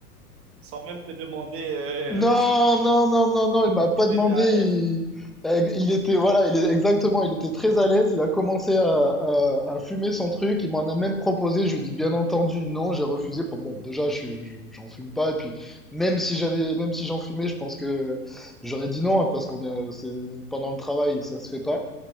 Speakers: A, on the right; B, in the centre.
A: Sans même te demander euh,
B: Non,
A: <laughs> si
B: non, non, non, non, il m'a pas demandé.
A: tu étais à
B: Il,
A: l'aise.
B: euh, il était, voilà, il est exactement, il était très à l'aise. Il a commencé à, à- à fumer son truc. Il m'en a même proposé. Je lui ai dit, bien entendu, non, j'ai refusé. Bon, bon, déjà, je, suis- je- j'en fume pas. Et puis, même si j'avais, même si j'en fumais, je pense que j'aurais dit non, hein, parce qu'on est, c'est, pendant le travail, ça se fait pas.